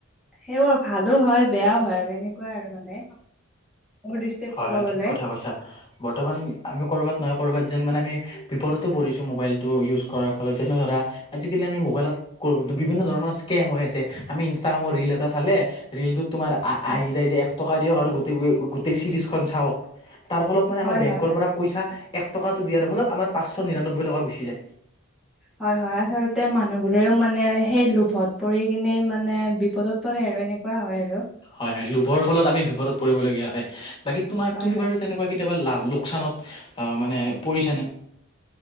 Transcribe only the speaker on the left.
হয়
হয়
ঠিক কথা কৈছা, বৰ্তমান আমি কৰ'বাত নহয় ক'বাত যেন মানে আমি বিপদতো পৰিছো মোবাইলতটো ইউজ কৰাৰ ফলত যেনে ধৰা আজিকালি আমি মোবাইলত বিভিন্ন ধৰণৰ স্কেম হৈ আছে আমি ইনষ্টাগ্ৰামৰ ৰিল এটা চালে ৰিলটোত তোমাৰ
আহি যায় যে এক টকা দিয়ক আৰু গোটেই চিৰিজ খ চাওক তাৰ ফলত মানে
আমাৰ বেংকৰ
পৰা পইচা এক টকাটো দিয়াৰ ফলত আমাৰ পাঁচশ নিৰান্নব্বৈ টকা গুচি যায়।
হয় হয় লোভৰ ফলত আমি বিপদত পৰিবলগীয়া হয়, বাকী তোমাৰ
তুমি
বাৰু তেনেকুৱা কেতিয়াবা লাভ লোকচানত মানে পৰিছেনে?